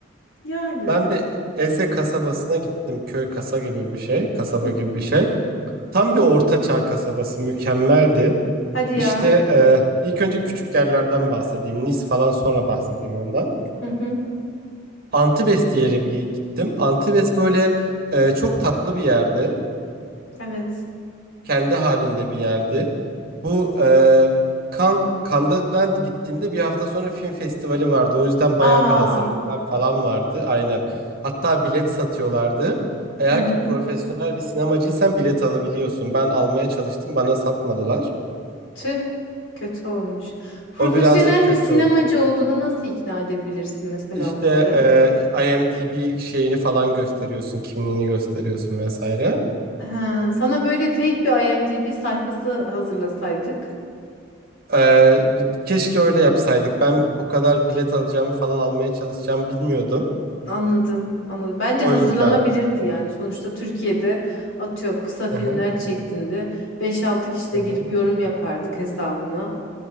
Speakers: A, on the left; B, on the right.
A: Yani.
B: Ben bir Eze kasabasına gittim. Köy kasa gibi bir şey. Kasaba
A: Hı hı.
B: gibi bir şey. Tam bir orta çağ kasabası. Mükemmeldi.
A: Hadi ya.
B: İşte e, ilk önce küçük yerlerden bahsedeyim. Nis falan sonra bahsedeyim ondan.
A: Hı hı.
B: Antibes diye bir yere bir gittim. Antibes böyle e, çok tatlı bir yerdi.
A: Evet.
B: kendi halinde bir yerdi. Bu e, Kan Cannes'da ben gittiğimde bir hafta sonra film festivali vardı. O yüzden
A: Aa.
B: bayağı bir hazırlıklar falan vardı. Aynen. Hatta bilet satıyorlardı. Eğer
A: Hı hı.
B: ki profesyonel bir sinemacıysan bilet alabiliyorsun. Ben almaya çalıştım, bana satmadılar.
A: Tüh, kötü olmuş. Profesyonel
B: O birazcık kötü
A: bir sinemacı
B: oldu.
A: olduğuna nasıl ikna edebilirsin mesela
B: İşte
A: onları?
B: e, IMDb şeyini falan gösteriyorsun, kimliğini gösteriyorsun vesaire.
A: Ha, sana böyle fake bir IMDb sayfası hazırlasaydık.
B: Ee, bir- keşke öyle yapsaydık. Ben o kadar bilet alacağımı falan almaya çalışacağımı bilmiyordum.
A: Anladım, anladım. Bence
B: O
A: hazırlanabilirdi
B: yüzden.
A: yani. Sonuçta Türkiye'de atıyorum kısa filmler
B: Hı hı.
A: çektiğinde beş altı kişi de
B: Hı
A: girip
B: hı.
A: yorum yapardık hesabına.